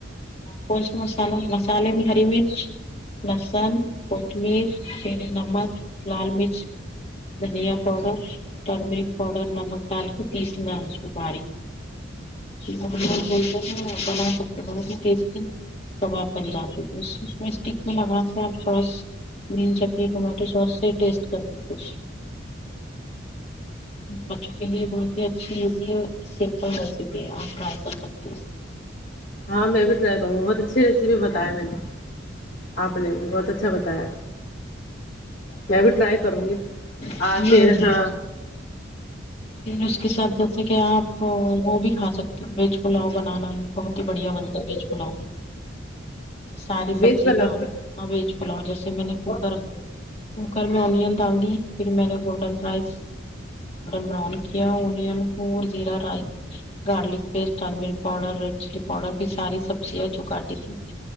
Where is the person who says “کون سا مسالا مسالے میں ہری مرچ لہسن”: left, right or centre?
Left